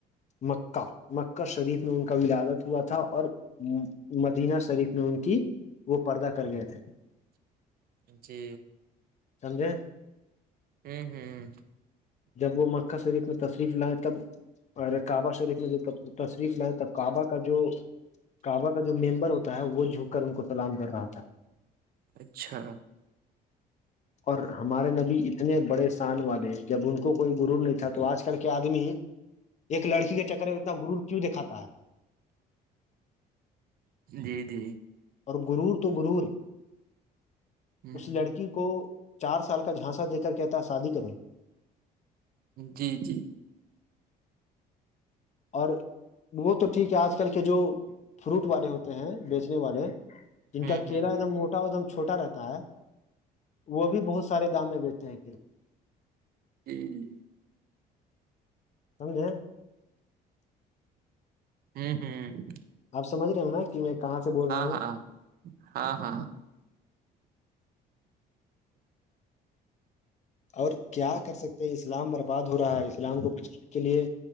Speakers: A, on the left; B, on the right.
A: مکہ مکہ شریف میں ان کا ولادت ہوا تھا اور مدینہ شریف میں ان کی وہ پردہ کر گئے تھے
B: <inaudible> جی
A: سمجے
B: ہوں ہوں
A: جب وہ مکہ شریف میں تشریف لائے تب اور کعبہ شریف میں تشریف لائے تب کعبہ کا جو کعبہ کا جو ممبر ہوتا تا ہے وہ جھک کر ان کو سلام کر رہا تھا
B: اچھا
A: اور ہمارے نبی اتنے بڑے شان والے ہیں جب ان کو کوئی گرور نہیں تھا تو آج کل کے آدمی ایک لڑکی کے چکر میں اتنا گرور کیوں دکھاتا ہے
B: جی جی
A: اور گرور تو گرور
B: ہ
A: اس لڑکی کو چار سال کا جھانسا دے کر کہتا ہے شادی کرو
B: جی جی
A: اور وہ تو ٹھیک ہے آج کل کے جو فروٹ والے ہوتے ہیں بیچنے والے جن
B: ہ
A: کا کیلا
B: ہ
A: ایک دم موٹا ایک دم چھوٹا رہتا ہے وہ بھی بہت سارے دام میں بیچتے ہیں
B: جی جی
A: سمجھے
B: ہوں ہوں
A: آپ سمجھ رہے ہو نا کہ میں کہاں سے بول رہا ہوں
B: ہاں ہاں ہاں
A: اور کیا کر سکتے ہیں اسلام برباد ہو رہا ہے اسلام کو پوچھنے کے لیے